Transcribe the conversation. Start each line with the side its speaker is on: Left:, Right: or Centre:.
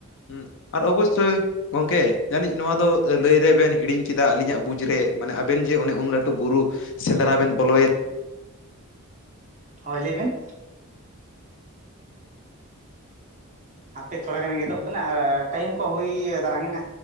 Left: ᱦᱩᱸ ᱟᱨ ᱚᱵᱚᱥᱳᱭ ᱜᱚᱝᱠᱮ ᱡᱟᱹᱱᱤᱡ ᱱᱚᱣᱟ ᱫᱚ ᱞᱟᱹᱭ ᱨᱮᱵᱮᱱ ᱦᱤᱲᱤᱧ ᱠᱮᱫᱟ ᱟᱹᱞᱤᱧᱟᱜ ᱵᱩᱡᱽ ᱨᱮ ᱢᱟᱱᱮ ᱟᱵᱮᱱ ᱡᱮ ᱚᱱᱮ ᱩᱱ ᱞᱟᱹᱴᱩ ᱵᱩᱨᱩ ᱥᱮᱸᱫᱽᱨᱟ ᱵᱮᱱ ᱵᱚᱞᱚᱭᱮ
Right: ᱦᱳᱭ ᱞᱟᱹᱭᱵᱮᱱ᱾ ᱦᱟᱯᱮ ᱛᱷᱚᱲᱟ ᱜᱟᱱ ᱜᱮᱫᱚᱜ ᱠᱟᱱᱟ ᱟᱨ ᱴᱟᱭᱤᱢ ᱠᱚ ᱦᱩᱭ ᱫᱟᱨᱟᱝᱱᱟ,